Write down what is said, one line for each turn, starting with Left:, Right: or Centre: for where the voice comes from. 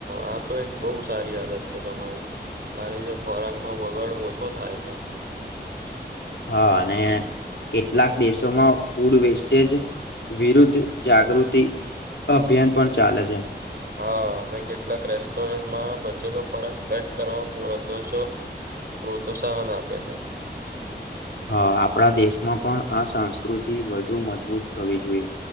Right: આ તો એક બહુ સારી આદત છે તમારી. આ રીતે ખોરાકનો બગાડ ઓછો થાય છે.
Left: હા અને કેટલાક દેશોમાં ફૂડ વેસ્ટેજ વિરુદ્ધ જાગૃતિ અભિયાન પણ ચાલે છે.
Right: હા અને કેટલાક રેસ્ટોરન્ટમાં બચેલો ખોરાક પેક કરવા પૂરોતો સ પ્રોત્સાહન આપે છે.
Left: હા આપણા દેશમાં પણ આ સંસ્કૃતિ વધુ મજબૂત થવી જોઈએ.